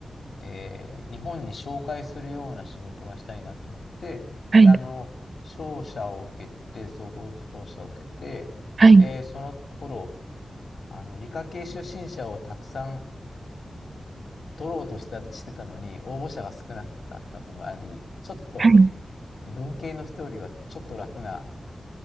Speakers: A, on the left; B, on the right.
A: えー日本に紹介するような仕事がしたいなと思って、
B: はい、
A: で、
B: はい、
A: あの、商社を受けて、総合商社を受けて、
B: はい、
A: で、その頃、あの、理科系出身者をたくさん取ろうとしてた、してたのに、応募者が少なかったともあり、ちょっと
B: はい。
A: 文系の人よりはちょっと楽な、